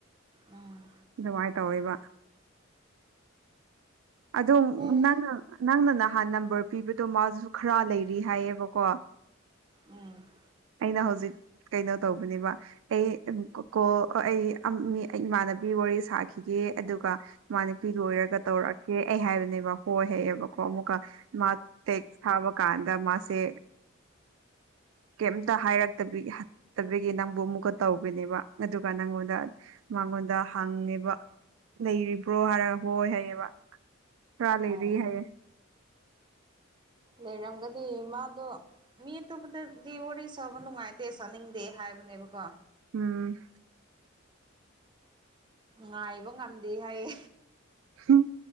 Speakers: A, on the right; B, on the right.
A: ꯎꯝ
B: ꯑꯗꯨꯃꯥꯏ ꯇꯧꯋꯦꯕ ꯑꯗꯨꯝ
A: ꯎꯝ
B: ꯅꯪꯅ ꯅꯪꯅ ꯅꯍꯥꯟ ꯅꯝꯕꯔ ꯄꯤꯕꯗꯣ ꯃꯥꯁꯨ ꯈꯔ ꯂꯩꯔꯤ ꯍꯥꯏꯌꯦꯕꯀꯣ
A: ꯎꯝ
B: ꯑꯩꯅ ꯍꯧꯖꯤꯛ ꯀꯩꯅꯣ ꯇꯧꯕꯅꯦꯕ ꯑꯩ ꯀꯣ ꯑꯩ ꯑꯩ ꯏꯃꯥꯟꯅꯕꯤ ꯋꯥꯔꯤ ꯁꯥꯈꯤꯒꯦ ꯑꯗꯨꯒ ꯃꯥ ꯅꯨꯄꯤ ꯂꯣꯏꯔꯒ ꯇꯧꯔꯛꯀꯦ ꯑꯩ ꯍꯥꯏꯕꯅꯦꯕ ꯍꯣꯏ ꯍꯥꯏꯑꯦꯕꯀꯣ ꯑꯃꯨꯛꯀ ꯃꯥ ꯇꯦꯛ ꯊꯥꯕ ꯀꯥꯟꯗ ꯃꯥꯁꯦ ꯀꯩꯝꯇ ꯍꯥꯏꯔꯛꯇꯛꯇꯕꯤꯒꯤ ꯅꯪꯕꯨ ꯑꯃꯨꯛꯀ ꯇꯧꯕꯤꯅꯦꯕ ꯑꯗꯨꯒ ꯅꯪꯉꯣꯟꯗ ꯃꯉꯣꯟꯗ ꯍꯪꯉꯦꯕ ꯂꯩꯔꯤꯕ꯭ꯔꯣ ꯍꯥꯏꯔꯒ ꯍꯣꯏ ꯍꯥꯏꯌꯦꯕ ꯈꯔꯥ ꯂꯩꯔꯤ
A: ꯑꯣ
B: ꯍꯥꯏꯌꯦ
A: ꯂꯩꯔꯝꯒꯅꯤ ꯃꯥꯗꯣ ꯃꯤ ꯑꯇꯣꯞꯄꯗꯗꯤ ꯋꯥꯔꯤ ꯁꯥꯕ ꯅꯨꯡꯉꯥꯏꯇꯦ ꯁꯥꯅꯤꯡꯗꯦ ꯍꯥꯏꯕꯅꯦꯕꯀꯣ
B: ꯎꯝ
A: ꯉꯥꯏꯕ ꯉꯝꯗꯦ ꯍꯥꯏꯌꯦ
B: ꯍꯝ